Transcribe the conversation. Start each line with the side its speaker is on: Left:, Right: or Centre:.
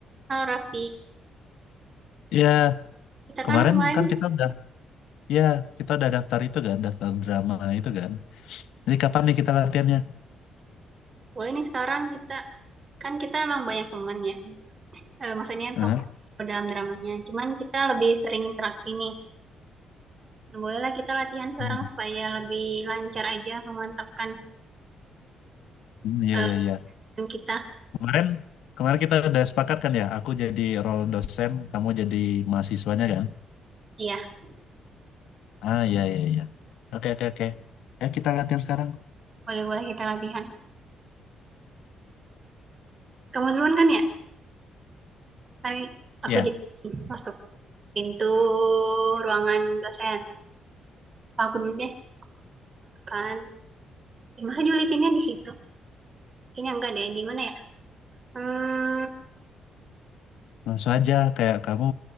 Right: Halo Raffi,
Left: Iya,
Right: kita
Left: kemarin
Right: kan kemarin
Left: kan kita udah, ya kita udah daftar itu kan, daftar drama itu kan. Jadi kapan nih kita latihannya?
Right: boleh nih sekarang kita kan kita emang banyak teman ya, Eh, maksudnya untuk
Left: Hah?
Right: dalam dramanya. Cuman kita lebih sering interaksi nih. Dan bolehlah kita latihan sekarang
Left: Hmm,
Right: supaya lebih lancar aja memantapkan
Left: hmm, Iya,
Right: eh,
Left: iya, iya.
Right: teman kita.
Left: Kemarin, kemarin kita udah sepakat kan ya, aku jadi role dosen, kamu jadi mahasiswanya kan?
Right: Iya,
Left: Ah, iya, iya, iya. Oke, oke, oke. Ya, kita latihan sekarang.
Right: boleh boleh kita latihan. Kamu duluan kan ya? Kami aku
Left: Ya,
Right: jadi masuk pintu ruangan dosen. Aku dulu deh, masuk kan. Ya, masa julitinnya di situ? Kayaknya enggak deh. Di mana ya? Hmm,
Left: langsung aja kayak kamu,